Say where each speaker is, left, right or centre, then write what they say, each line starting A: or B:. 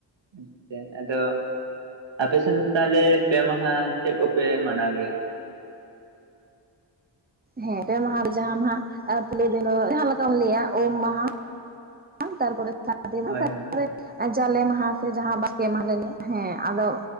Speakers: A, on the right; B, on the right.
A: ᱟᱪᱪᱷᱟ ᱟᱫᱚ ᱟᱯᱮ ᱥᱮᱱ ᱫᱚ ᱛᱟᱦᱚᱞᱮ ᱯᱮ ᱢᱟᱦᱟ ᱪᱮᱫ ᱠᱚᱯᱮ ᱢᱟᱱᱟᱣ ᱜᱮᱭᱟ?
B: ᱦᱮᱸ ᱯᱮ ᱢᱟᱦᱟ ᱨᱮ ᱡᱟᱦᱟᱸᱱᱟᱜ ᱯᱩᱭᱞᱩ ᱫᱤᱱ ᱫᱚ ᱡᱟᱦᱟ ᱞᱮᱠᱟᱢ ᱞᱟᱹᱭᱟ ᱩᱢ ᱢᱟᱦᱟ <unintelligible> ᱛᱟᱨᱯᱚᱨᱮ ᱥᱟᱹᱨᱫᱤ ᱢᱟ
A: ᱦᱳᱭ
B: ᱛᱟᱨᱯᱚᱨᱮ
A: ᱦᱳᱭ
B: ᱡᱟᱞᱮ ᱢᱟᱦᱟ ᱥᱮ ᱡᱟᱦᱟᱸ ᱵᱟᱥᱠᱮ ᱢᱟᱦᱟ ᱦᱮᱸ ᱟᱫᱚ